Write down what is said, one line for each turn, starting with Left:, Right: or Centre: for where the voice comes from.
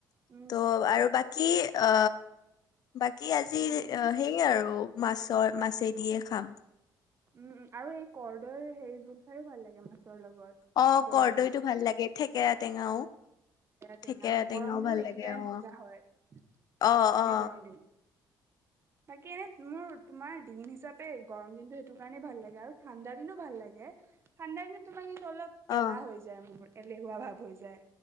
Right: উম
Left: ত' আৰু বাকী অ বাকী আজি
Right: হেৰি
Left: এ আৰু মাছৰ মাছে দিয়ে খাম
Right: উমম আৰু এই কদৈৰ হেৰি জোল খাই ভাল লাগে মাছ লগত
Left: অ
Right: গৰৈ
Left: কৰদৈতটো ভাল লাগে থেকেৰা টেঙাও
Right: টেঙা
Left: থেকেৰা
Right: গৰম
Left: টেঙাও
Right: দিনত
Left: ভাল
Right: এইকেইটাই
Left: লাগে
Right: মজা
Left: অ
Right: হয় সেইটো
Left: অ
Right: কাৰণে
Left: অ
Right: গৰম দিন বাকী এনে মোৰ তোমাৰ দিন হিচাপে গৰম দিনটো টো কাৰণে ভাল লাগে আৰু ঠাণ্ডা দিনো ভাল লাগে ঠাণ্ডা দিনত তোমাৰ অলপ
Left: অ'
Right: এলাহ হৈ যায় মোৰ তেলেহুৱা ভাৱ হৈ যায়